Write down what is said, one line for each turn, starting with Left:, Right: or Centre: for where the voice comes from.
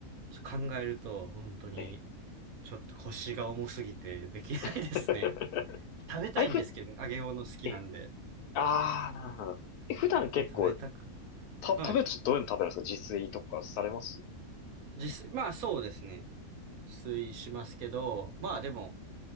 Right: ちょ考えると本当に
Left: ええ。
Right: ちょっと腰が重すぎてできないですね。
Left: <laughs>
Right: 食べたいんですけど、
Left: あれ、ふ、
Right: 揚げ物好きなんで。
Left: ええ。ああ、なるほど。え、
Right: うんそう、
Left: 普段結構、
Right: 食べたく、
Left: た、食べるとどういうの食べるんですか自炊とかされます
Right: はい。自炊、まあそうですね。自炊しますけど、まあでも、